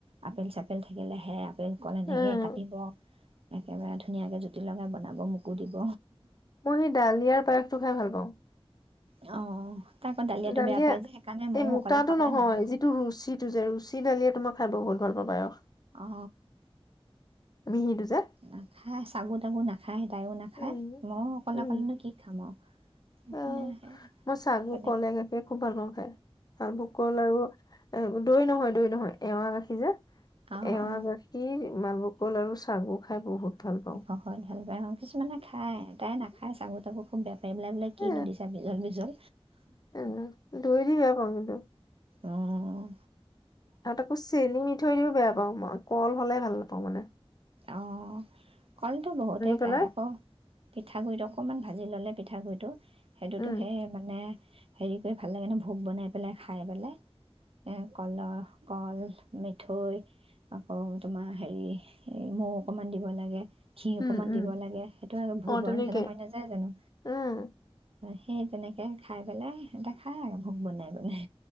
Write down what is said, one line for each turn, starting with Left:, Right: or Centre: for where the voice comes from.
Right: আপেল চাপেল থাকিলে সেয়া ফেন কলে
Left: উম
Right: নেসেইয়ে কাটিব। একেবাৰে ধুনীয়াকে জুতি লগাই বনাব মোকো দিব।
Left: মই সেই ডালিয়াৰ পায়সটো খাই ভাল পাওঁ। <unintelligible>
Right: অ। তাই আকৌ দালিয়াটো
Left: দালিয়া
Right: বেয়া পাই যে সেইকাৰণে ময়ো
Left: এই মোতাটো
Right: অকলে খাবলৈ
Left: নহয়
Right: নানো
Left: যিটো ৰুচিটো যে ৰুচী দালিয়ে তোমাক খাই বহুত ভাল পাওঁ পায়স।
Right: অ
Left: মিহিটো যে
Right: নাখাই চাগু তাগু নাখ খায় তাইয়ো নাখায়
Left: উম
Right: মইয়ো অকলে
Left: উম
Right: অকলেনো কি খাম আও সেইকাৰণে
Left: অ', মই চালবোৰ
Right: তেনেক
Left: কলে গাখীৰ খুব ভাল পাওঁ খাই। চালভোগ কল আৰু এ দৈ নহয় দৈ নহয় এৱা গাখীৰ যে
Right: অ
Left: এৱাৰ
Right: অ
Left: গাখীৰ মালভোককল আৰু চাবোক খাই বহুত
Right: <unintelligible>
Left: ভাল পাওঁ।
Right: কিছুমানে খায় তাই নাখায় চাগু তাকু খুব বেয়া বোলে বোলে কিনো
Left: এ
Right: দিছে বিজল বিজল
Left: এ ধৰি দিব পাম কিন্ত
Right: অঁ অঁ
Left: ত আকৌ চেনি মিঠৈ ও বেয়া পাওঁ মই কল হ'লে ভাল ল হ'ব নে
Right: অঁ কলটো বহুতে
Left: পেলাই
Right: খাই আকৌ পিঠাগুৰিত অকমান ভাজি ল'লে পিঠাগুড়ি টো সেইটোতো
Left: উম,
Right: সেই মানে হেৰি কৰি ভাল লাগে ন ভোক বনাই পেলাই খাই পেলাই এ কলৰ কল মিঠৈ আকৌ তোমাৰ হেৰি সেই মৌ অকমান দিব লাগে ঘি
Left: উম,
Right: অকমান
Left: উম,
Right: দিব লাগে সেইটো ভোগৰ
Left: অ', তেনেকে
Right: নিচিনা হৈ নাযায় জানো
Left: উম,
Right: হয় সেই তেনেকৈ খাই পেলাই সিহঁতে খাই আৰু ভোক বনাই পেলাই